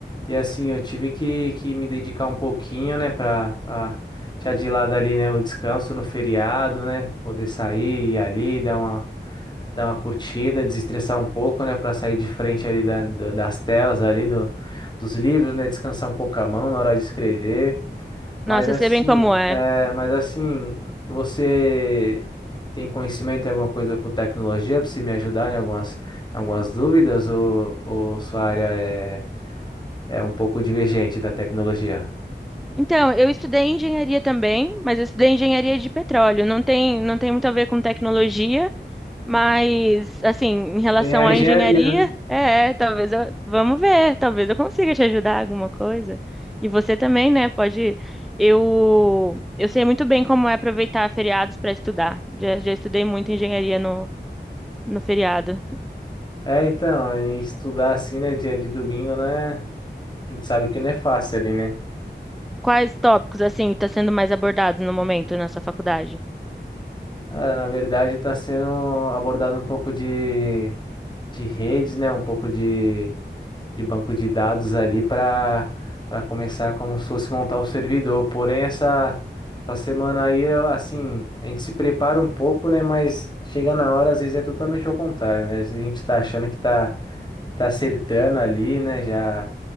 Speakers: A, on the left; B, in the centre.
A: e assim, eu tive que, que me dedicar um pouquinho, né, pra, pra deixar de lado ali, né, o descanso no feriado, né? Poder sair e ali, dar uma dar uma curtida, desestressar um pouco, né, para sair de frente ali da- da- das telas ali do, dos livros, né, descansar um pouco a mão na hora de escrever. Mas
B: Nossa,
A: assim,
B: eu sei bem como é.
A: é, mas assim, você tem conhecimento em alguma coisa com tecnologia para se me ajudar em algumas, em algumas dúvidas ou, ou sua área é, é um pouco divergente da tecnologia?
B: Então, eu estudei engenharia também, mas eu estudei engenharia de petróleo. Não tem, não tem muito a ver com tecnologia. Mas, assim, em relação
A: Tem a engenharia,
B: à engenharia,
A: né?
B: é, é, talvez eu, vamos ver, talvez eu consiga te ajudar em alguma coisa. E você também, né, pode, eu, eu sei muito bem como é aproveitar feriados para estudar. Já, já estudei muito engenharia no, no feriado.
A: É, então, e estudar assim, né, dia de domingo, né? A gente sabe que não é fácil ali, né?
B: Quais tópicos, assim, estão sendo mais abordados no momento na sua faculdade?
A: Cara, na verdade, está sendo abordado um pouco de, de redes, né? Um pouco de, de banco de dados ali para para começar como se fosse montar o servidor. Porém, essa, essa semana aí, eu, assim, a gente se prepara um pouco, né? Mas chega na hora, às vezes é totalmente ao contrário, né? Às vezes a gente está achando que está tá acertando ali, né? Já